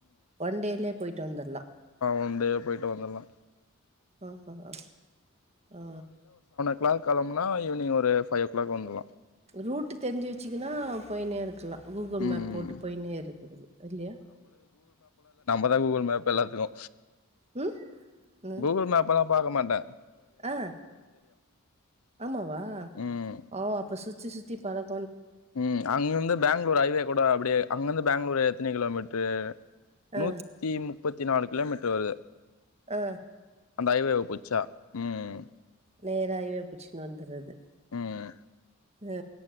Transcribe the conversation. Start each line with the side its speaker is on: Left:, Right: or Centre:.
Right: வண்டீலே போய்ட்டு வந்துர்லா
Left: அவன்டையே போய்ட்டு வந்துர்லா
Right: ஆ ஆ ஆ ஆ
Left: ப்ளா களம்புனா ஈவ்னங் ஒரு ஃபையோ க்ளாக் வந்துர்லா
Right: ரூட்டு தெரிஞ்சு வச்சுகுனா போய்னே இருக்கலா கூகுள்
Left: ம்
Right: மேப் போட்டு போய்னே இருக்குறது இல்லையா
Left: தா கூகுள் மேப் எல்லாத்துக்கு
Right: ம் ம்
Left: கூகுள் மேப்பல்லா பாக்க மாட்ட
Right: ஆ ஆமாவா
Left: ம்
Right: ஓ அப்ப சுத்தி சுத்தி பழக்
Left: ம் அங்கர்ந்து பேங்ளூர் ஐவே கூட அப்டியே அங்கர்ந்து பேங்ளூரு எத்தினி கிலோமீட்ரு
Right: ஆ
Left: நூத்தி முப்பத்தி நாலு கிலோமீட்டர் வருது
Right: ஆ
Left: அந்த ஐவே‌வ புச்சா ம் ம்
Right: நேரா ஐவே புச்சுனு வந்துர்றது
Left: ம்
Right: அ